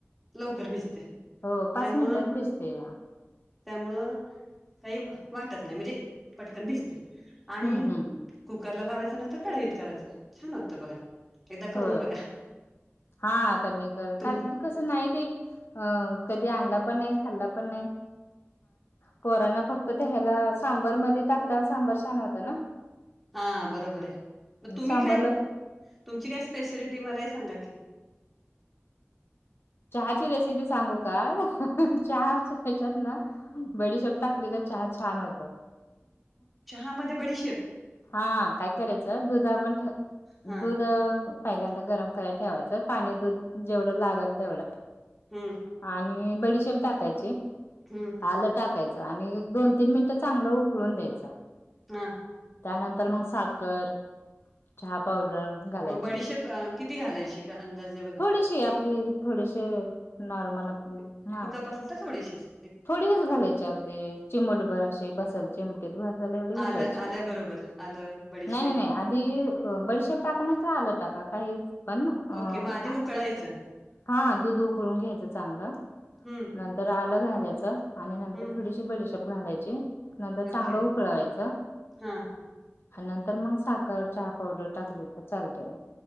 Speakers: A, in the centre; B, on the left.
A: लवकर भिजते
B: हो
A: त्यामुळं
B: पाच मिनिटात भेजते या
A: त्यामुळं काही वाटत नाही म्हणजे पटकन भिजते आणि
B: हम्म हम्म
A: कुकर लावायचं न तरर कढईत करायचं छान होतं बघा एकदा करून
B: हो
A: बघा
B: हा आता मी कर
A: तुम
B: कारण की कसं नाही ते अं कधी आणला पण नाही खाल्ला पण नाही कोोरांना फक्त त्या ह्याला सांबर मध्ये टाकल्यान सांबर छान होतं ना
A: हा बरोबर आहे मग तुम्ही
B: सांबरला
A: काय तुमची काय स्पेशलिटी मलाही सांगा की
B: चहाची रेसिपी सांगू का चहा ह्याच्यात ना बडीशप टकरीचा चहा छान होत
A: चहा म बडीशिप
B: हा काय करायचं दूध आपण दुध
A: हा
B: पहिल्यांदा गरम करायला ठेवायचं पाणी दूध जेवढं लागेल तेवढं
A: हम्म
B: आणि बडीशेप टाकायची
A: हम्म
B: आलं टाकायची आणि एक दोन तीन मिनिटं चांगलं उकळून द्यायचं
A: हा
B: त्यानंतर मग साखर चहा पावडर घालायची
A: मग बडीशेप किती घालायची का अंदाज
B: थोडीशी आपली थोडीशी नॉर्मल आपली हा
A: ल तर थोडीशी अस
B: थोडेच घालायचे अगदी चिमटभर असे बसल चिम सायला एवढे घालायचे
A: आलं आल्याबरोबर आलं बडीशेप
B: नाही नाही नाही आधी बडशाप टाक नाही तर आलं टाका काही पण अ
A: ओके मग आधी उकळायचं
B: हा दूध उकळून घ्यायचं चांगलं
A: हम्म.
B: नंतर आलं घालायचं आणि नंतर
A: हम्म
B: थोडीशी बडीशाप घालायची नंतर चांगलं
A: ओके
B: उकळवायचं.
A: हा
B: आणि नंतर मग साखर चहा पावडर टाकली तर चालतया.